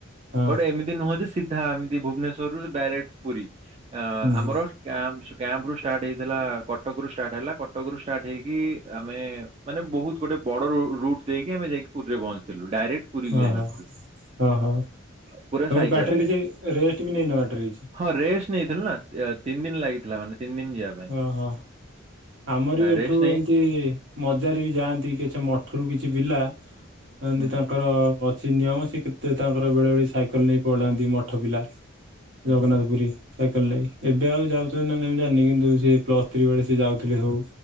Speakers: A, on the right; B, on the right.
A: ହଁ
B: ଗୋଟେ ଏମିତି ନୁହଁ ଯେ ସିଧା ଏମିତି ଭୁବନେଶ୍ୱରରୁ ଡାଇରେକ୍ଟ ପୁରୀ। ଅ
A: ହୁଁ
B: ଆମର
A: ହୁଁ
B: କ୍ୟାମ୍ପ ସୋ କ୍ୟାମ୍ପ ରୁ ଷ୍ଟାର୍ଟ ହେଇଥିଲା। କଟକ ରୁ ଷ୍ଟାର୍ଟ ହେଲା। କଟକ ରୁ ଷ୍ଟାର୍ଟ ହେଇକି ଆମେ ମାନେ ବହୁତ ଗୋଟେ ବଡ ରୁ ରୁଟ୍ ଦେଇକି ଆମେ ଯାଇକ ପୁରୀରେ ପହଞ୍ଚିଥିଲୁ ଡାଇରେକ୍ଟ ପୁରୀକୁ
A: ଓହୋ
B: ଯାଇନଥିଲୁ
A: ହ ହ। ତ
B: ପୁରା ସାଇକେଲରେ
A: ବାଟରେ କିଛି ରେଷ୍ଟ ବି ନେଇନ ବାଟରେ କିଛି
B: ହଁ ରେଷ୍ଟ ନେଇଥିଲୁ ନା ତିନି ଦିନ ଲାଗିଥିଲା ମାନେ ତିନି ଦିନ ଯିବା ପାଇଁ
A: ଓ ହୋଃ। ଆମର ବି ଏଠୁ
B: ରେଷ୍ଟ ନେଇ
A: ଏମତି ମଜାରେ ବି ଯାଆନ୍ତି କିଛି ମଠରୁ କିଛି ପିଲା ଏମିତି
B: ହୁଁ
A: ତାଙ୍କର ସେ ନିୟମ ସେ କେତେ ତାଙ୍କର ବେଳେ ବେଳେ ସାଇକେଲ ନେଇ ପଳାନ୍ତି ମଠ ପିଲା
B: ହୁଁ
A: ଜଗନ୍ନାଥ ପୁରୀ। ସାଇକେଲ ନେଇକି ଏବେ ଆଉ ଯାଉଛନ୍ତି କି ନାଇଁ ମୁଁ ଜାଣିନି କିନ୍ତୁ ସେ ପ୍ଲସ ଥ୍ରୀ ବେଳେ ସିଏ ଯାଉଥିଲେ ସବୁ।